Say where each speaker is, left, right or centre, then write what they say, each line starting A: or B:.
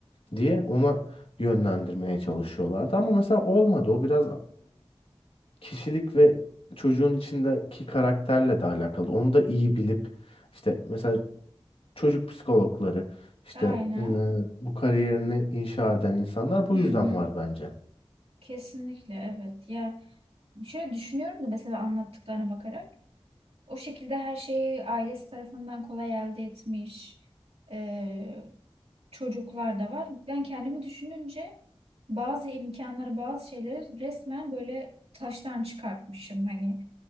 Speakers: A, on the left; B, on the right.
A: diye ona yönlendirmeye çalışıyorlardı. Ama mesela olmadı. O biraz kişilik ve çocuğun içindeki karakterle de alakalı. Onu da iyi bilip işte mesela çocuk psikologları işte
B: Aynen.
A: ıı, bu kariyerini inşa eden insanlar bu
B: Hı
A: yüzden
B: hı.
A: var bence.
B: Kesinlikle evet. Ya Şöyle düşünüyorum da mesela anlattıklarına bakarak. O şekilde her şeyi ailesi tarafından kolay elde etmiş e, çocuklar da var. Ben kendimi düşününce bazı imkanları, bazı şeyleri resmen böyle taştan çıkartmışım. Hani